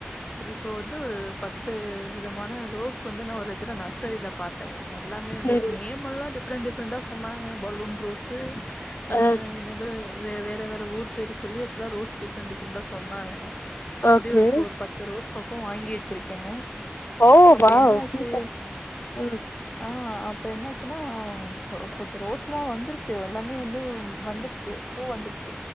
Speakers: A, on the left; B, on the left.
A: இப்போ வந்து ஒரு பத்து விதமான ரோஸ் வந்து நா ஒரு இதுல நர்சரிலா பாத்தேங்க எல்லாமே வந்து
B: சரி
A: நேம்மெல்லா டிஃப்ரெண்ட் டிஃப்ரெண்டா சொன்னாங்க பலூன் ரோஸ்சு அ
B: ஆ
A: என்னது வே வேற வேற ஊர் பேர் சொல்லி எப்பல்லா ரோஸ் டிஃப்ரெண்ட் டிஃப்ரெண்டா சொன்னாங்க அப்டியே
B: ஓகே
A: ஒருக்கோ ஒரு பத்து ரோஸ் பக்கோ வாங்கி வச்சுருக்கே
B: ஓ
A: அப்ப
B: வாவ்
A: என்ன ஆச்சு
B: சூப்பர் ம்
A: ஆ அப்ப என்னாச்சுனா கொஞ்சோ ரோஸ்ல்லா வந்துருச்சு எல்லாமே வந்து வந்துருச்சு பூ வந்துருச்சு